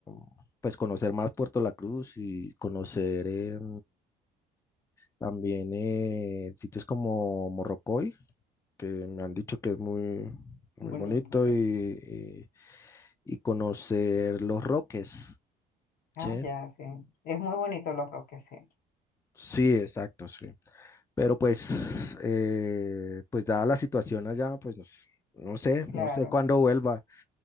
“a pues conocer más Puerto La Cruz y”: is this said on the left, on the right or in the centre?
Left